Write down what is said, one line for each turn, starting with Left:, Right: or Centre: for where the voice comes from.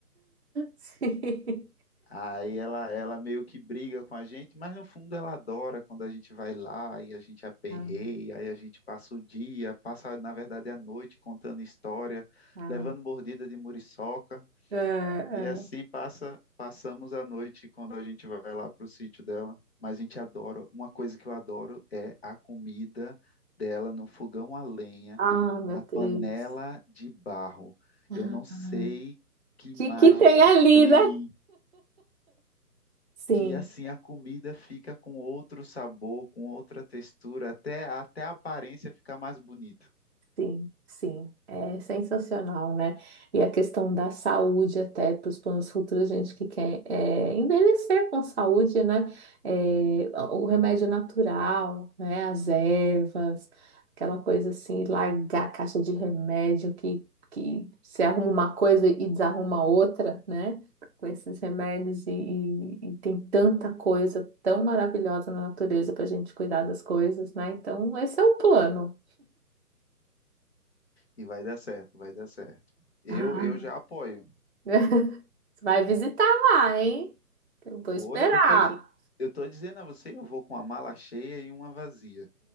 Right: Sim.
Left: Aí ela, ela meio que briga com a gente, mas no fundo ela adora quando a gente vai lá e a gente aperreia,
Right: Ah,
Left: aí a gente passa o dia, passa na verdade a noite contando história,
Right: ah.
Left: levando mordida de muriçoca,
Right: É, é.
Left: e assim passa, passamos a noite quando a gente vai lá para o sítio dela. Mas a gente adora, uma coisa que eu adoro é a comida dela no fogão a lenha,
Right: Ah, meu
Left: na
Right: Deus.
Left: panela de barro.
Right: Ah,
Left: Eu não sei
Right: ah.
Left: que
Right: Que
Left: mágica
Right: que tem ali,
Left: tem
Right: né? Sim.
Left: que assim a comida fica com outro sabor, com outra textura, até, até a aparência fica mais bonita.
Right: Sim, sim, é sensacional, né? E a questão da saúde até para os planos futuros, gente que quer é, envelhecer com saúde, né? É, o remédio natural, né? As ervas, aquela coisa assim, largar a caixa de remédio que, que se arruma uma coisa e desarruma outra, né? Com esses remédios e, e e tem tanta coisa tão maravilhosa na natureza para a gente cuidar das coisas, né? Então, esse é o plano.
Left: E vai dar certo, vai dar certo. Eu,
Right: Ah.
Left: eu já apoio.
Right: <laughs> Você vai visitar lá, hein? Eu
Left: Vou,
Right: vou esperar.
Left: eu tô, di- eu tô dizendo a você, eu vou com a mala cheia e uma vazia.